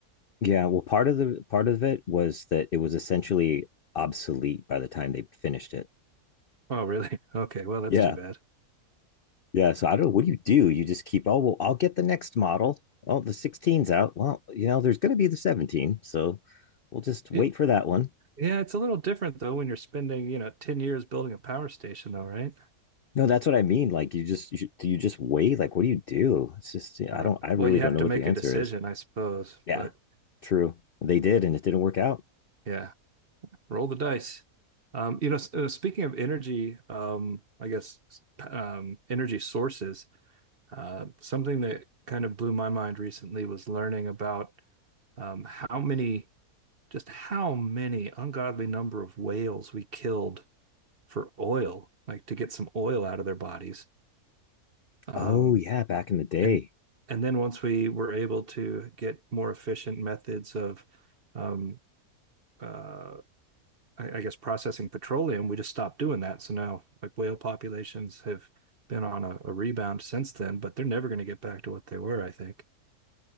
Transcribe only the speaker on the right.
Oh, really? <laughs> Okay, well, that's
too bad.
It,
yeah, it's a little different though when you're spending, you know, 10 years building a power station though, right?
All
right.
Well, you
have
to
make
a decision,
I suppose,
but
yeah, roll the dice. Um, you know, s- uh, speaking of energy, um, I guess um, energy sources Uh, something that kind of blew my mind recently was learning about um, how many, just how many ungodly number of whales we killed for oil, like to get some oil out of their bodies. Um,
and and then once we were able to get more efficient methods of, um, uh, I, I guess, processing petroleum, we just stopped doing that. So now, like whale populations have been on a, a rebound since then, but they're never going to get back to what they were, I think.